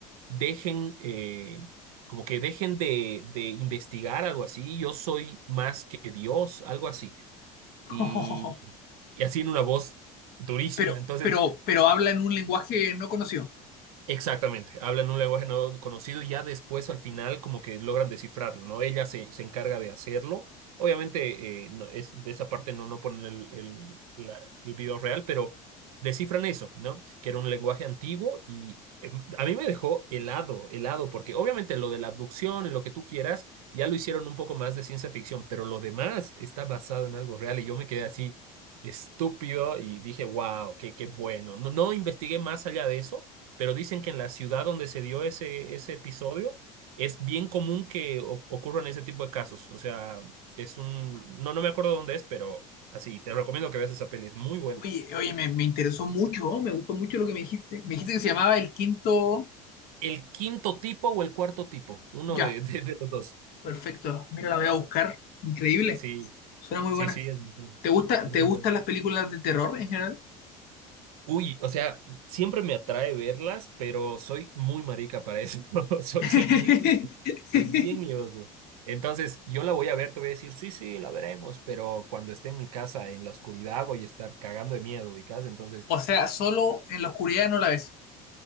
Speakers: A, on the right (about 80°); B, on the left (about 60°).
A: dejen, eh, como que dejen de, de investigar algo así, yo soy más que Dios, algo así. Y,
B: Oh, oh, oh, oh.
A: y así en una voz durísima.
B: Pero,
A: Entonces,
B: pero, pero habla en un lenguaje no conocido.
A: Exactamente, hablan un lenguaje no conocido y ya después al final como que logran descifrarlo, ¿no? Ella se, se encarga de hacerlo. Obviamente eh, no, es, de esa parte no, no ponen el, el, la- el video real, pero descifran eso, ¿no? Que era un lenguaje antiguo y eh, a mí me dejó helado, helado, porque obviamente lo de la abducción y lo que tú quieras ya lo hicieron un poco más de ciencia ficción, pero lo demás está basado en algo real y yo me quedé así estúpido y dije, wow, qué, qué bueno. No, no investigué más allá de eso pero dicen que en la ciudad donde se dio ese, ese episodio es bien común que o- ocurran ese tipo de casos. O sea, es un, no, no me acuerdo dónde es, pero así, te recomiendo que veas esa peli, es muy buena.
B: Oye, oye, me, me interesó mucho, ¿oh? me gustó mucho lo que me dijiste. Me dijiste que se llamaba El Quinto...
A: ¿El quinto tipo o el cuarto tipo? Uno
B: Ya,
A: de, <laughs> de, de los dos.
B: perfecto. Mira, la voy a buscar. Increíble.
A: Sí,
B: Suena muy
A: sí,
B: buena.
A: sí, es muy bueno.
B: ¿Te gusta,
A: Es
B: te
A: muy
B: gustan
A: bueno.
B: las películas de terror en general?
A: Uy, o sea, siempre me atrae verlas, pero soy muy marica para eso. <laughs> Soy,
B: <laughs>
A: soy bien, soy bien miedoso. Entonces, yo la voy a ver, te voy a decir, sí, sí, la veremos, pero cuando esté en mi casa, en la oscuridad, voy a estar cagando de miedo, ubicás. Entonces,
B: O sea, solo en la oscuridad no la ves.